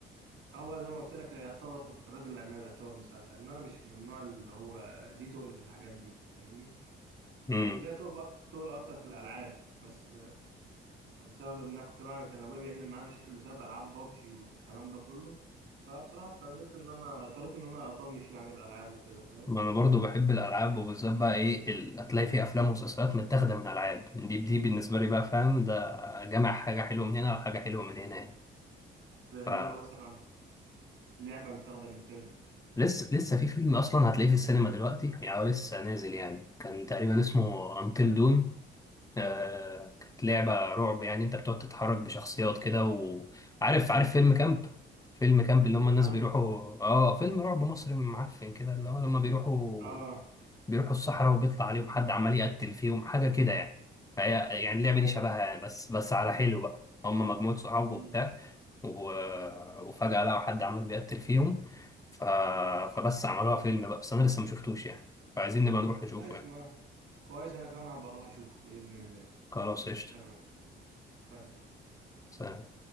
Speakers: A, on the right; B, on the left.
A: هو زي ما قلت لك يعتبر الرجل العناب يعتبر مسلسل ان انا مش من النوع اللي هو ليه تقل في الحاجات دي فاهمني
B: امم
A: كان ليا تقل اكتر تقل اكتر في الالعاب بس بسبب ان انا كنت بقى كان ابويا بيعمل معايا مشاكل بسبب العاب بابجي والكلام ده كله فبصراحه اضطريت ان انا اضطريت ان انا اطنش يعني الالعاب وكده فاهم
B: ما أنا برضو بحب الألعاب وبالذات بقى إيه ال- هتلاقي فيه أفلام ومسلسلات متاخدة من ألعاب دي دي بالنسبة لي بقى فاهم ده جمع حاجة حلوة من هنا وحاجة حلوة من هنا يعني
A: زي ايه
B: ف
A: مثلا لعبه متاخده من فيلم
B: لسه لسه في فيلم أصلا هتلاقيه في السينما دلوقتي يعني هو لسه نازل يعني كان تقريبا اسمه أنتل دون آه، كانت لعبة رعب يعني انت بتقعد تتحرك بشخصيات كده وعارف عارف فيلم كامب فيلم كامب اللي هم الناس
A: كامب
B: بيروحوا اه فيلم رعب مصري معفن كده اللي هو لما بيروحوا
A: اه
B: بيروحوا الصحراء وبيطلع عليهم حد عمال يقتل فيهم حاجة كده يعني فهي يعني اللعبة
A: ايوه
B: دي شبهها يعني بس بس على حلو بقى هم مجموعة صحاب
A: امم
B: وبتاع و... وفجأة لقوا حد عمال بيقتل فيهم ف... فبس عملوها فيلم بقى بس انا لسه ما شفتوش يعني فعايزين نبقى نروح نشوفه
A: كويس
B: يعني
A: ما كويس انا كمان هبقى اروح اشوفه باذن الله
B: خلاص قشطة
A: تمام سلام
B: سلام